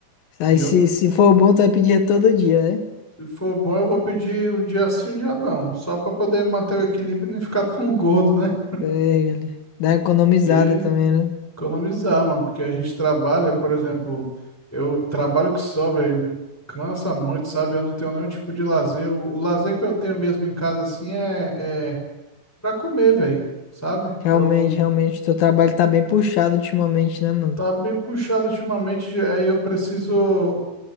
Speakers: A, on the left; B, in the centre.
A: Aí
B: E eu,
A: se, se for bom, tu vai pedir é todo dia, né?
B: se for bom, eu vou pedir um dia sim, um dia não. Só pra poder manter o equilíbrio e não ficar tão gordo, né?
A: É, dá uma economizada
B: Que
A: também, né?
B: Economizar, mano, porque a gente trabalha, por exemplo, eu trabalho que só, velho, cansa muito, sabe? Eu não tenho nenhum tipo de lazer. O, o lazer que eu tenho mesmo em casa, assim, é, é pra comer, velho, sabe?
A: Realmente,
B: Eu
A: realmente. Teu trabalho tá bem puxado ultimamente, né, mano?
B: tá bem puxado ultimamente, aí eu preciso